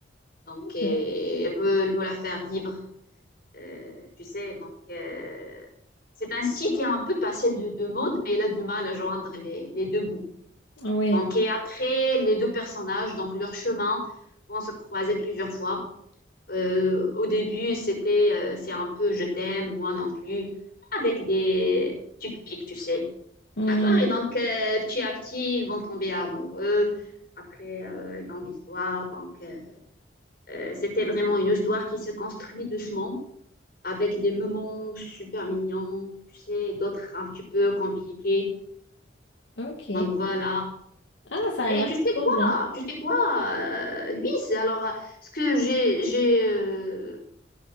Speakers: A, on the left; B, on the left.
A: Donc,
B: Ok,
A: euh, il veut, il veut la faire vivre, euh, tu sais. Donc, euh, c'est un style qui est un peu passé de, de mode, mais il a du mal à joindre les, les deux bouts.
B: oui.
A: Donc, et après, les deux personnages, donc leur chemin, vont se croiser plusieurs fois. Euh, au début, c'était euh, c'est un peu je t'aime, moi non plus, avec des tu te piques, tu sais.
B: Hmm,
A: D'accord? Et donc, euh, petit à petit, ils vont tomber amoureux. Après, euh, longue histoire. Donc, euh, euh, c'était vraiment une histoire qui se construit doucement, avec des moments super mignons, tu sais, d'autres un petit peu compliqués.
B: Ok.
A: Donc, voilà.
B: Ah, ça a
A: Et
B: l'air
A: tu
B: trop
A: sais quoi?
B: bien.
A: Tu sais quoi, euh, Luis? Alors, ce que j'ai, j'ai, euh,